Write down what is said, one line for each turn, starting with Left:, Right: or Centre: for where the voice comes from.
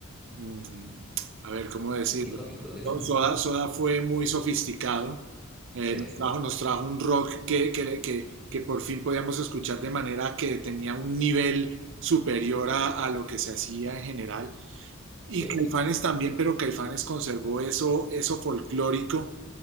Right: mm, a ver, ¿cómo decirlo?
Centre: tecnológicos, digamos.
Right: So- Soda, Soda fue muy sofisticado. eh,
Centre: Sí,
Right: nos trajo, nos trajo un rock que, que, que, que por fin podíamos escuchar de manera que tenía un nivel superior a, a lo que se hacía en general. Y
Centre: sí.
Right: Caifanes también, pero Caifanes conservó eso, eso folclórico